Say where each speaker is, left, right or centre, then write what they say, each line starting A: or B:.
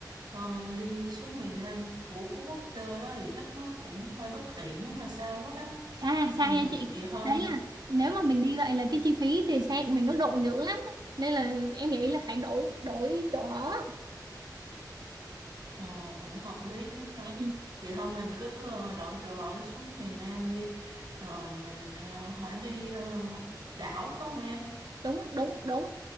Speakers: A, on the right; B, on the right.
A: ờ, đi xuống miền Nam của Phú Quốc chơi á thì chắc nó cũng hơi bất tiện nếu mà xa quá ha
B: xa xa
A: ừ
B: nha chị
A: vậy thôi
B: đấy là nếu mà mình đi vậy là cái chi phí tiền xe của mình nó độ nhiều lắm nên là em nghĩ là phải đổi đổi chỗ ở.
A: ờ cũng hợp lý hết ta.
B: ừ,
A: Vậy thôi mình cứ ờ, đổi chỗ ở xuống miền Nam đi. Rồi mình ờ, hãy đi ờ, đảo phải không em?
B: đúng đúng đúng